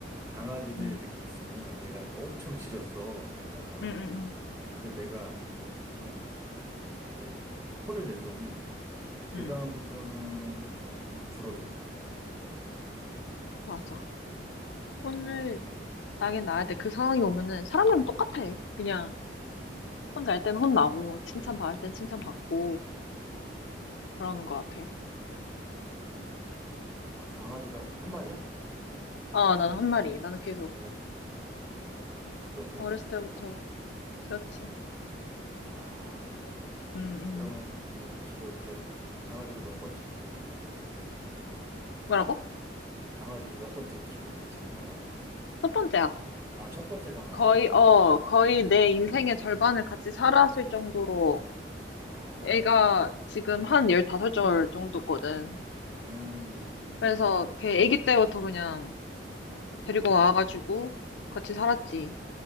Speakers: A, on the right (about 15°); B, on the left (about 75°).
A: 강아지들
B: 응,
A: 이렇게 있으면은 얘가 엄청 짖었어, 다니다가.
B: 응, 응,
A: 근데 내가 좀 이렇게 혼을 냈더니, 그다음부터는
B: 응, 응.
A: 조금 줄어들더라고, 여기.
B: 맞아.
A: 음,
B: 혼을 나긴 나야 돼. 그 상황이 오면은 사람이랑 똑같아. 그냥
A: 음.
B: 혼날 땐 혼나고 칭찬받을 땐 칭찬받고
A: 그치.
B: 그러는 것 같아.
A: 아, 강아지가 한 마리야?
B: 아, 나는 한 마리. 나는 계속
A: 어, 어, 어떤 종류?
B: 어렸을 때부터 키웠지.
A: 아,
B: 응, 응.
A: 그러면 지금 계속 강아지가 몇 번째 키우는 거야?
B: 뭐라고?
A: 강아지를 몇 번째 키우는 거야, 지금 강아지가?
B: 첫 번째야.
A: 아, 첫 번째 강아지구나.
B: 거의, 어, 거의 내 인생의 절반을 같이 살았을 정도로
A: 아,
B: 애가 지금 한 15절 정도거든.
A: 음. 음,
B: 그래서 걔 애기 때부터 그냥 데리고
A: 음.
B: 와가지고 같이 살았지.